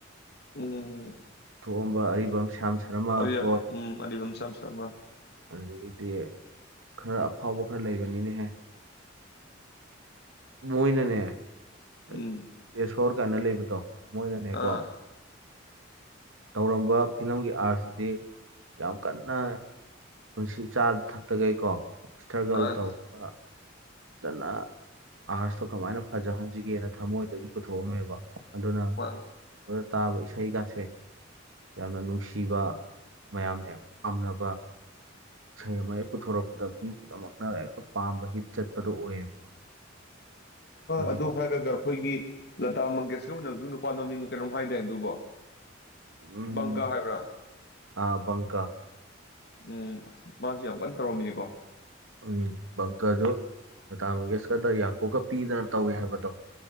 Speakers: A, on the left; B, on the right.
A: ꯎꯝ
B: ꯊꯣꯛꯑꯝꯕ ꯑꯔꯤꯕꯝ ꯁꯔꯃ
A: ꯑ
B: ꯍꯣꯏ
A: ꯎꯝ ꯑꯗꯤꯕ ꯊꯃ
B: ꯑꯗꯨꯗꯒꯤꯗꯤ ꯈꯔ ꯑꯐꯥꯎꯕ ꯈꯔ ꯂꯩꯕꯅꯤꯅꯍꯦ ꯃꯣꯏ ꯅꯅꯦ <unintelligible>
A: ꯎꯝ
B: ꯁꯣꯔ ꯀꯥꯏꯅ ꯂꯩꯕꯗꯣ ꯃꯣꯏꯅꯅꯦꯀꯣ
A: ꯑꯥ
B: ꯇꯧꯔꯝꯕ ꯐꯤꯂꯝꯒꯤ ꯑꯥꯔꯠꯁꯤꯗꯤ ꯌꯥꯝ ꯀꯟꯅ ꯄꯨꯟꯁꯤ ꯆꯥ ꯊꯛꯇꯈꯩꯀꯣ ꯏꯁꯇ꯭ꯔꯒꯜ
A: ꯃꯥꯅꯤ
B: ꯇꯧꯕꯒ ꯐꯖꯅ ꯑꯍꯖꯇꯣ ꯀꯃꯥꯏꯅ ꯐꯖꯍꯟꯁꯤꯒꯦꯅ ꯊꯃꯣꯏꯗꯒꯤ ꯄꯨꯊꯣꯛꯑꯝꯃꯦꯕ ꯑꯗꯨꯅ <unintelligible>
A: ꯃꯥꯅꯤ
B: ꯇꯥꯕ ꯏꯁꯩꯒꯁꯦ ꯌꯥꯝꯅ ꯅꯨꯡꯁꯤꯕ ꯃꯌꯥꯝꯅ ꯌꯥꯝ ꯄꯥꯝꯅꯕ ꯏꯁꯩ ꯑꯃ ꯍꯦꯛ ꯄꯨꯊꯣꯔꯛꯄꯗ ꯃꯤ ꯄꯨꯝꯅꯃꯛꯅ ꯍꯦꯛꯇ ꯄꯥꯝꯕ ꯍꯤꯠ ꯆꯠꯄꯗꯨꯣ ꯑꯣꯏꯌꯦꯕ ꯍꯧꯖꯤꯛ
A: ꯑꯗꯨ ꯍꯥꯏꯒ ꯑꯩꯈꯣꯏꯒꯤ ꯂꯇꯥ ꯃꯪꯒꯦꯁꯀꯔ ꯑꯣꯏꯅꯁꯨ ꯅꯨꯄꯥ ꯅꯨꯃꯤꯡꯅ ꯀꯩꯅꯣꯝ ꯍꯥꯏꯗꯦ ꯑꯗꯨꯕꯨꯣ
B: ꯎꯝ,
A: ꯃꯉꯔ ꯍꯥꯏꯕ꯭ꯔ
B: ꯑꯥ ꯕꯪꯀ
A: ꯎꯝ ꯃꯥꯁꯦ ꯌꯥꯝ ꯀꯟꯅ ꯇꯧꯔꯝꯃꯤꯅꯤꯀꯣ
B: ꯎꯝ ꯕꯪꯀꯗꯨ ꯑꯇꯥꯃꯒꯦꯁꯀꯗ ꯌꯥꯡꯀꯨꯀ ꯄꯤꯗꯅ ꯇꯧꯏ ꯍꯥꯏꯕꯗꯣ